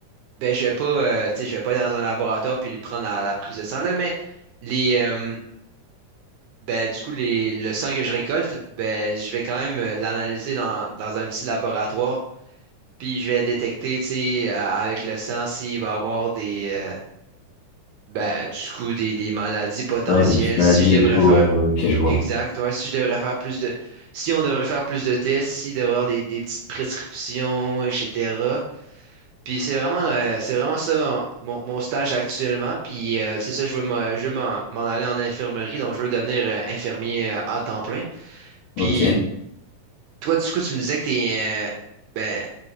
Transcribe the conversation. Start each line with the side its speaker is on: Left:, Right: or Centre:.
Right: ben, je vais pas, euh, tu sais, je vais pas aller dans un laboratoire puis lui prendre la, la prise de sang, là, mais les, euh, ben, du coup, les, le sang que je récolte, ben, je vais quand même euh, l'analyser dans, dans un petit laboratoire, puis je vais détecter, tu sais, euh, avec le sang s'il va avoir des, euh, Ben, du coup, des, des maladies potentielles,
Left: Ouais, des petites maladies
Right: si je devrais
Left: et tout.
Right: faire.
Left: ouais, ouais, ok, je vois.
Right: Exact, ouais, si je devrais faire plus de. Si on devrait faire plus de tests, s'il devrait y avoir des, des petites prescriptions, etc. Puis c'est vraiment, euh, c'est vraiment ça mon, mon stage actuellement. Puis euh, c'est ça, je veux me- je veux m'en m'en aller en infirmerie, donc je veux devenir euh, infirmier euh, à temps plein. Puis
Left: Ok.
Right: toi, du coup, tu me disais que t'es, euh, ben,